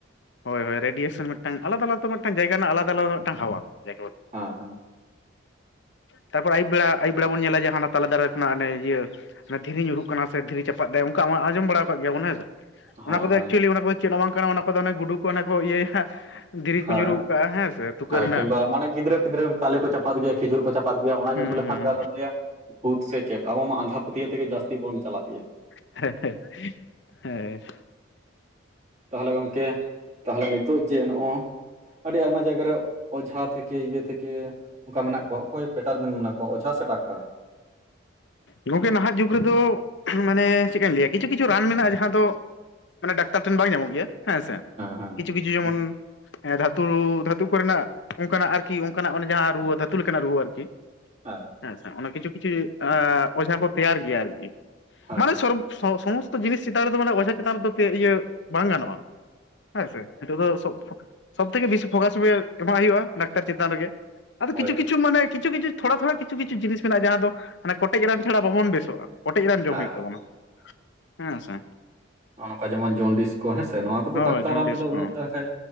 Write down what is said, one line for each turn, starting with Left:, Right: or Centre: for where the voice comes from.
Left: ᱦᱳᱭ ᱦᱳᱭ ᱨᱮᱰᱤᱭᱮᱥᱚᱱ ᱢᱤᱫᱴᱟᱝ ᱟᱞᱟᱫᱟ ᱟᱞᱟᱫᱟ ᱢᱤᱫᱴᱟᱝ ᱡᱟᱭᱜᱟ ᱨᱮᱱᱟᱜ ᱟᱞᱟᱫᱟ ᱟᱞᱟᱫᱟ ᱢᱤᱫᱴᱟᱝ ᱦᱟᱣᱟ ᱡᱟᱭᱜᱟ᱾
Right: ᱦᱟᱸ ᱦᱟᱸ ᱾
Left: ᱛᱟᱯᱚᱨ ᱟᱹᱭᱩᱵ ᱵᱮᱲᱟ ᱟᱹᱭᱩᱵ ᱵᱮᱲᱟ ᱵᱚᱱ ᱧᱮᱞᱟ ᱦᱟᱱᱟ ᱛᱟᱞᱮ ᱫᱟᱨᱮ ᱠᱷᱚᱱᱟᱜ ᱚᱱᱮ ᱤᱭᱟᱹᱼᱼ ᱫᱷᱤᱨᱤ ᱧᱩᱨᱩᱜ ᱠᱟᱱᱟ ᱥᱮ ᱫᱷᱤᱨᱤ ᱪᱟᱯᱟᱫ ᱮᱫᱟᱭ ᱚᱱᱠᱟ ᱟᱸᱡᱚᱢ ᱵᱟᱲᱟ ᱟᱠᱟᱫ ᱜᱮᱭᱟ ᱵᱚᱱ ᱦᱮᱸᱥᱮ‍? ᱚᱱᱟ
Right: ᱦᱮᱸ
Left: ᱠᱚᱫᱚ
Right: ᱦᱮᱸ
Left: ᱮᱠᱪᱩᱭᱮᱞᱤ ᱚᱱᱟ ᱠᱚᱫᱚ ᱪᱮᱫ ᱦᱚ ᱵᱟᱝ ᱠᱟᱱᱟ ᱚᱱᱟ ᱠᱚᱫᱚ ᱚᱱᱮ ᱜᱩᱰᱩ ᱠᱚ ᱚᱱᱮ ᱠᱚ ᱤᱭᱟᱹᱭᱟ ᱫᱷᱤᱨᱤ ᱠᱚ
Right: ᱦᱮᱸ
Left: ᱧᱩᱨᱩᱜ ᱠᱟᱜᱼᱟ ᱦᱮᱸ ᱥᱮ ᱛᱩᱠᱟᱹ
Right: ᱦᱮᱸ
Left: ᱨᱮᱱᱟᱜ
Right: ᱠᱤᱝᱵᱟ ᱢᱟᱱᱮ ᱜᱤᱫᱽᱨᱟᱹ ᱯᱤᱫᱽᱨᱟᱹ ᱛᱟᱞᱮ ᱠᱚ ᱪᱟᱯᱟᱫ ᱜᱮᱭᱟ ᱠᱷᱤᱡᱩᱨ ᱠᱚ ᱪᱟᱯ ᱪᱟᱯᱟᱫ ᱜᱮᱭᱟ ᱚᱱᱟ
Left: ᱦᱩᱸ
Right: ᱧᱩᱨᱩ ᱞᱮᱠᱷᱟᱱ
Left: ᱦᱩᱸ
Right: ᱟᱫᱚᱢ ᱞᱟᱹᱭᱟ ᱵᱷᱩᱛ ᱥᱮ ᱪᱮᱫ ᱟᱵᱚ ᱢᱟ ᱟᱫᱷᱟ ᱯᱟ. ᱛᱭᱟᱹᱣ ᱛᱮᱜᱮ ᱡᱟᱹᱥᱛᱤ ᱵᱚᱱ ᱪᱟᱞᱟᱜ ᱜᱮᱭᱟ᱾
Left: ᱦᱮᱸ ᱦᱮᱸ ᱦᱮᱸ᱾
Right: ᱛᱟᱦᱚᱞᱮ ᱜᱚᱝᱠᱮ ᱛᱟᱦᱚᱞᱮ ᱱᱤᱛᱚᱜ ᱡᱮ ᱱᱚᱜ-ᱚᱭ ᱟᱹᱰᱤ ᱟᱭᱢᱟ ᱡᱟᱭᱜᱟ ᱨᱮᱼᱼ ᱚᱡᱷᱟ ᱛᱷᱮᱠᱮ ᱤᱭᱟᱹ ᱛᱷᱮᱠᱮ ᱚᱱᱠᱟ ᱢᱮᱱᱟᱜ ᱠᱚᱣᱟ ᱚᱠᱚᱭ ᱵᱮᱴᱟᱨ ᱵᱮᱱ ᱢᱚᱱᱮ ᱠᱚᱣᱟ ᱚᱡᱷᱟ ᱥᱮ ᱰᱟᱠᱛᱟᱨ? <inaudible>
Left: ᱜᱚᱢᱠᱮ ᱱᱟᱦᱟᱜ ᱡᱩᱜᱽ ᱨᱮᱫᱚ ᱢᱟᱱᱮ ᱪᱮᱫ ᱠᱟᱹᱧ ᱞᱟᱹᱭᱟ ᱠᱤᱪᱷᱩ ᱠᱤᱪᱷᱩ ᱨᱟᱱ ᱢᱮᱱᱟᱜ-ᱟ, ᱡᱟᱸᱦᱟ ᱫᱚ ᱢᱟᱱᱮ ᱰᱟᱠᱛᱟᱨ ᱴᱷᱮᱱ ᱵᱟᱝ ᱧᱟᱢᱚᱜ ᱜᱮᱭᱟ ᱦᱮᱸ ᱥᱮ
Right: ᱦᱮᱸ
Left: ᱠᱤᱪᱷᱩ ᱠᱤᱪᱷᱩ ᱡᱮᱢᱚᱱᱼᱼ
Right: ᱦᱮᱸ
Left: ᱦᱮᱸ ᱫᱷᱟᱹᱛᱩ ᱫᱷᱟᱹᱛᱩ ᱠᱚ ᱨᱮᱱᱟᱜ ᱚᱱᱠᱟᱱᱟᱜ ᱟᱨᱠᱤ ᱚᱱᱠᱟᱱᱟᱜ ᱚᱱᱮ ᱡᱟᱸᱦᱟ ᱨᱩᱣᱟᱹ ᱫᱷᱟᱹᱛᱩ ᱞᱮᱠᱟᱱᱟᱜ ᱨᱩᱣᱟᱹ ᱟᱨᱠᱤ᱾
Right: ᱦᱮᱸ᱾
Left: ᱦᱮᱸᱥᱮ ᱚᱱᱟ ᱠᱤᱪᱷᱩ ᱠᱤᱪᱷᱩ ᱚᱡᱷᱟ ᱠᱚ ᱛᱮᱭᱟᱨ ᱜᱮᱭᱟ ᱟᱨᱠᱤ,
Right: ᱦᱮᱸ
Left: ᱢᱟᱱᱮ ᱥᱚᱨᱼᱼ ᱥᱚᱢᱚᱥᱛᱚ ᱡᱤᱱᱤᱥ ᱪᱮᱛᱟᱱ ᱨᱮᱫᱚ ᱢᱟᱱᱮ ᱚᱡᱷᱟ ᱪᱮᱛᱟᱱ ᱨᱮᱫᱚ ᱤᱭᱟᱹ ᱵᱟᱝ ᱜᱟᱱᱚᱜ-ᱟ, ᱦᱮᱸ ᱥᱮ᱾ ᱱᱤᱛᱚᱜ ᱫᱚ ᱥᱚᱵ ᱥᱚᱰ ᱛᱷᱮᱠᱮ ᱵᱮᱥᱤ ᱯᱷᱳᱠᱟᱥ ᱮᱢ ᱮᱢᱟᱜ ᱦᱩᱭᱩᱜ-ᱟ ᱰᱟᱠᱛᱟᱨ ᱪᱮᱛᱟᱱ ᱨᱮᱜᱮ᱾ ᱟᱫᱚ
Right: ᱦᱳᱭ
Left: ᱠᱤᱪᱷᱩ ᱠᱤᱪᱷᱩ ᱢᱟᱱᱮ ᱠᱤᱪᱷᱩ ᱠᱤᱪᱷᱩ ᱛᱷᱚᱲᱟ ᱛᱷᱚᱲᱟ ᱠᱤᱪᱷᱩᱼ ᱠᱤᱪᱷᱩ ᱡᱤᱱᱤᱥ ᱢᱮᱱᱟᱜ-ᱟ ᱡᱟᱸᱦᱟ ᱫᱚ ᱢᱟᱱᱮ ᱠᱚᱴᱮᱡ ᱨᱟᱱ ᱪᱷᱟᱲᱟ ᱵᱟᱵᱚᱱ ᱵᱮᱥᱚᱜ-ᱟ᱾ ᱠᱚᱴᱮᱡ ᱨᱟᱱ ᱡᱚᱢ
Right: ᱦᱮᱸ
Left: ᱦᱩᱭᱩᱜ ᱛᱟᱵᱚᱱᱟ ᱦᱮᱸ ᱥᱮ᱾
Right: ᱦᱚᱜ-ᱚ ᱱᱚᱝᱠᱟ ᱡᱮᱢᱚᱱ ᱡᱚᱱᱰᱤᱥ᱾ ᱠᱚ ᱦᱮᱸᱥᱮ ᱱᱚᱶᱟ ᱠᱚᱫᱚ
Left: ᱦᱳᱭ
Right: ᱰᱟᱠᱛᱟᱨ
Left: ᱡᱚᱱᱰᱤᱥ
Right: ᱨᱟᱱ ᱛᱮᱫᱚ
Left: ᱠᱚ
Right: ᱩᱱᱟᱹᱜ ᱫᱚ ᱠᱷᱟᱡ